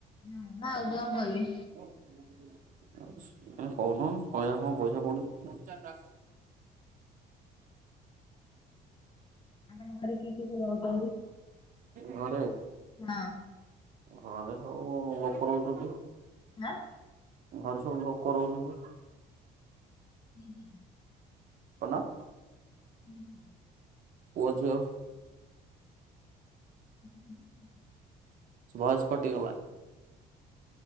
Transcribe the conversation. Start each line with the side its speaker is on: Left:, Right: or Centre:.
Left: ହୁଁ, ଆଉ କଣ କହିବି।
Right: <unintelligible> କହୁନ କହିବା କଣ ପଇସା ପଡୁଛି। <inaudible> ଆଚ୍ଛା।
Left: ଆ <unintelligible> ତମ ଘରେ କିଏ କିଏ ରହୁଛନ୍ତି।
Right: ଘରେ।
Left: ହଁ।
Right: ଘରେ ସବୁ ଲୋକ ରହୁଛନ୍ତି।
Left: ହାଁ।
Right: ଘରେ ସବୁ ଲୋକ ରହୁଛନ୍ତି।
Left: ଉଁ ହୁଁ।
Right: କଣ।
Left: ହୁଁ ହୁଁ।
Right: ପୁଅ, ଝିଅ।
Left: <unintelligible>
Right: ଭଏସ କଟିଗଲା,